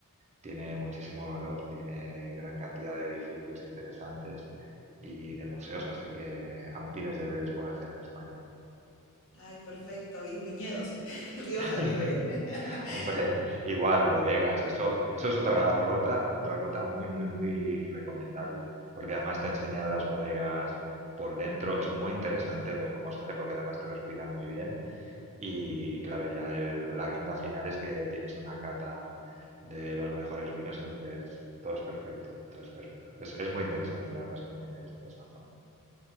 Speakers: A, on the right; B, on the left.
A: tiene muchísimo valor, tiene gran cantidad de edificios interesantes y de museos, así que aún tienes deberes por hacer en España.
B: Ay, perfecto. Y viñedos. <laughs> Rioja
A: <laughs>
B: quiero ir. <laughs>
A: Hombre, igual, bodegas. Eso, eso es otra ruta, otra ruta muy, muy, muy recomendable. Porque además te enseñan las bodegas por dentro. Es muy interesante ver cómo se hace, porque además te lo explican muy bien. Y claro, ya el- la guinda final es que tienes una cata de los mejores vinos, entonces todo es perfecto, todo es perfecto. Es, es muy interesante, la verdad es que es muy interesante esa zona.